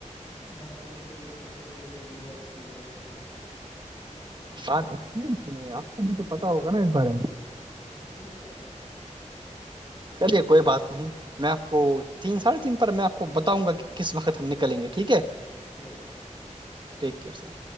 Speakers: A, on the left (about 25°); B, on the right (about 35°).
A: میں کچھ نہیں بول ستا میرے میں زیرو ایکسپیریئنسڈ ہوں
B: بات ایکسپیرئنس کی نہیں ہے آپ کو بھی تو پتا ہوگا نا اس بارے میں
A: نہیں کیسے پتا ہوگا
B: چلیے کوئی بات نہیں میں آپ کو تین ساڑھے تین پر میں آپ کو بتاؤں گا کہ کس وقت ہم نکلیں گے ٹھیک ہے
A: چلو ٹھیک ہے چلو
B: ٹیک کیئر سر